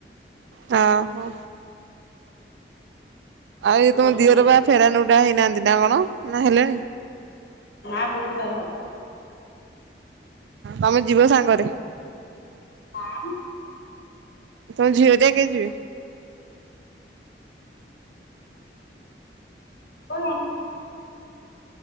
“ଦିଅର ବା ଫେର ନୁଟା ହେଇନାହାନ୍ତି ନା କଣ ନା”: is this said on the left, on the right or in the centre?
Right